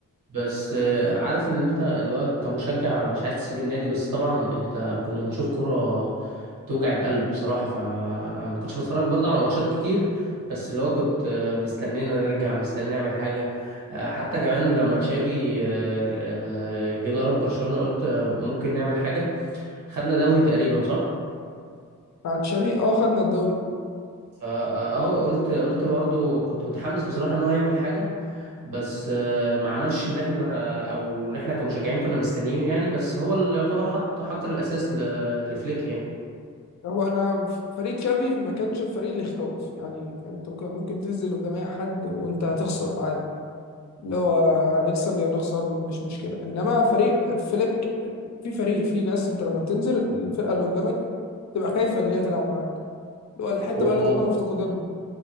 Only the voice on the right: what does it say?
بس آه، عارف ان انت اللي هو كمشجع مش عايز تسيب النادي بس طبعا انت كنا بنشوف كرة توجع القلب بصراحة فما كنتش بتفرج برضو على ماتشات كتير بس اللي هو كنت آه، مستنينا نرجع مستني نعمل حاجة آه، حتى كمان لما تشافي آه، آه، جه ضرب برشلونة قلت آه، ممكن نعمل حاجة خدنا دوري تقريبا صح
فاهو قلت قلت برضو كنت متحمس بصراحة ان هو يعمل حاجة بس آه، ما عملش اللي احنا او اللي احنا كمشجعين كنا مستنيينه يعني بس هو اللي يعتبر حط حجر الاساس ل- لفليك يعني
هو